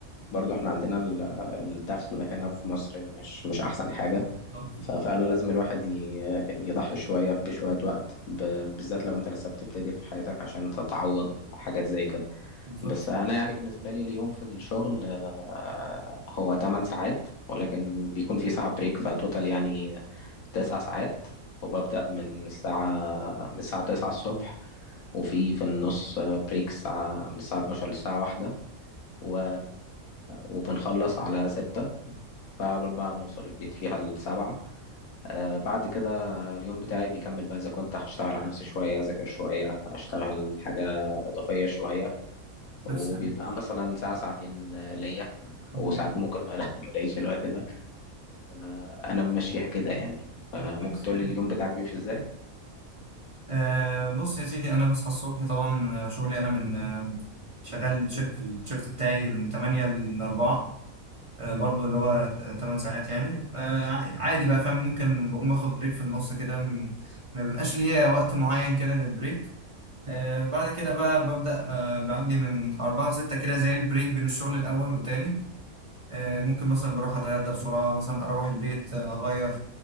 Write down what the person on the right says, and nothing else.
بالظبط
بالظبط
تسلم
مم.
طب كويس
حلو
أه بص يا سيدي أنا بصحى الصبح طبعا آه، شغلي أنا من آه، شغال ش- في الشفت بتاعي من 8 ل 4 أه برضو اللي هو 8 ساعات يعني أه ع- عادي بقى فاهم ممكن بقوم آخد بريك في النص كده م- ما بيبقاش ليا وقت معين كده للبريك أه بعد كده بقى ببدأ أه بعندي من 4 ل 6 كده زي البريك بين الشغل الأول والتاني أه ممكن مثلا بروح أتغدى بسرعة مثلا أروح البيت آه، أغير